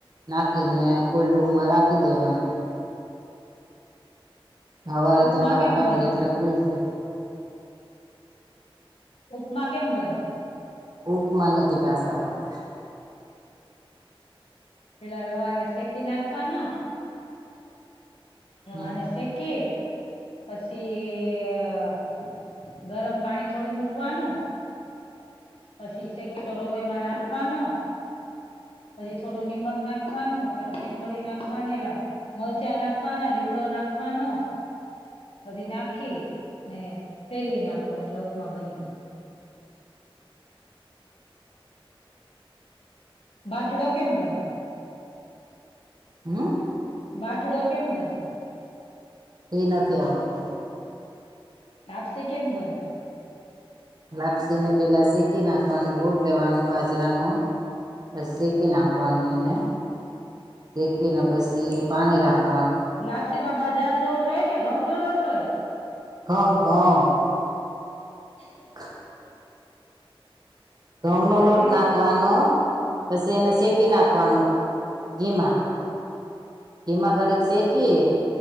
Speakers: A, on the right; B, on the left.
A: નાખીને કોલ્ રૂમમાં રાખી દેવાની હવારે
B: ઉપમા
A: તમારા
B: કેમ
A: કાઢલે
B: બને
A: એટલે ગુલ્ફ
B: ઉપમા કેમ બને?
A: ઉપમા નથી પાસા આવડતા.
B: પેલા રવાને શેકી નાખવાનો. રવા
A: હમ
B: ને શેકી પછી અહ ગરમ પાણી થોડું મૂકવાનું પછી શેકેલો રવો એમાં નાખવાનો પછી થોડું નિમક નાખવાનું ચટણી થોડી નાખવાની લા મરચાં નાખવાના લીમડો નાખવાનો બધી નાખી ને ફેરવી નાખોને એટલે ઉપમા બની બાટડો કેમ બને?
A: હમ્મ.
B: બાટડો કેમ બને?
A: એ નથી આવડતો.
B: લાપશી કેમ બને?
A: લાપસી ને પેલા શેકી નાખવાનું લોટ લેવાનું બાજરાનું પ શેકી નાખવાનું એને. શેકીને પછી પાણી રાખ
B: લાપસી માં બાજાર નો લોટ હોય કે ઘઉં નો લોટ હોય
A: ગઉં ગં
B: એક
A: હ ઘઉંનો
B: પછી
A: લોટ નાખવાનો પછી એને શેકી નાખવાનો ઘીમાં. ઘીમા ઘડીક શેકી